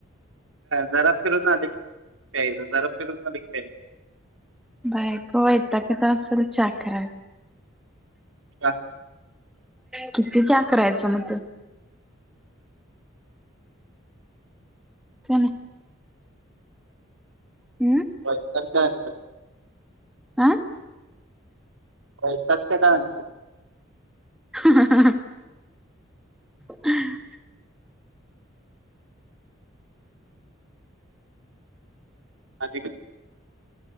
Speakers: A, on the right; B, in the centre.
A: जरा फिरून आले की प्यायच, जरा फिरून आले की प्यायच.
B: बायको वैतागत असेल चहा करायला.
A: का. <inaudible>
B: किती चहा करायचं मग ते? चणी. हम्म.
A: वैताग त्यानी
B: आं?
A: वैतागतात <unintelligible>
B: <inaudible> <inaudible>
A: आणि?